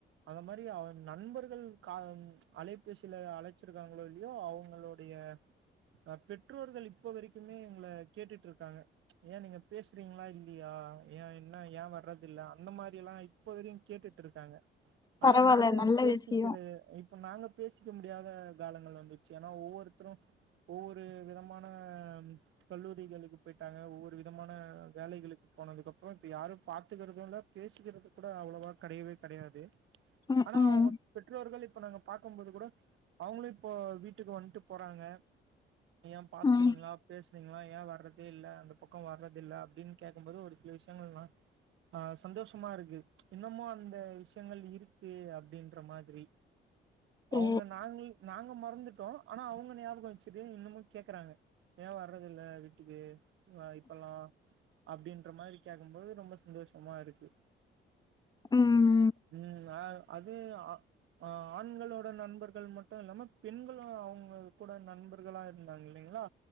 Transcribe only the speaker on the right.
அந்த மாரி அவ நண்பர்கள் கா அலைபேசியில அழைச்சிருக்காங்களோ இல்லயோ அவங்களுடைய அ பெற்றோர்கள் இப்ப வரைக்குமே எங்கள கேட்டுட்ருக்காங்க ஏ நீங்க பேசுறீங்களா இல்லையா ஏன் என்ன ஏன் வர்றது இல்ல அந்த மாரி எல்லா இப்போதரையு கேட்டுட்ருக்காங்க ஆனா
நாங்க
பேசிக்கிற
இப்ப நாங்க பேசிக்க முடியாத காலங்கள் வந்துருச்சு ஏன்னா ஒவ்வொருத்தரு ஒவ்வொரு விதமான கல்லூரிகளுக்கு போய்ட்டாங்க ஒவ்வொரு விதமான வேலைகளுக்கு போனதுக்குப்பறோ இப்ப யாரு பாத்துக்கறது இல்ல பேசிக்கறது கூட அவ்வளவா கெடையவே கெடையாது
ஆனா
அவங்க பெற்றோர்கள் இப்ப நாங்க பாக்கும்போது கூட அவங்களு இப்போ வீட்டுக்கு வந்ட்டு போறாங்க ஏன் பாத்துக்குறீங்களா
பேசுறீங்களா ஏன் வர்றதே இல்ல அந்த பக்கோ வர்றதில்ல அப்டின்னு கேகும்போது ஒரு சில விஷ் விஷ்யங்கல்லா ஆ சந்தோஷமா இருக்கு இன்னமு அந்த விஷயங்கள் இருக்கு அப்டின் ன்ற மாதிரி அவங்க
நாங்கள் நாங்க மறந்துட்டோ ஆனா அவுங்க ஞாபகோ வெச்சுட்டு இன்னமு கேக்கறாங்க ஏ வர்றதில்ல வீட்டுக்கு அ இப்பல்லா அப்டின்ற மாரி கேக்கும்போது ரொம்ப சந்தோஷமா இருக்கு
ம் அ அது அ ஆ ஆண்களோட நண்பர்கள் மட்டு இல்லாம பெண்களும் அவங்க கூட நண்பர்களா இருந்தாங்க இல்லைங்களா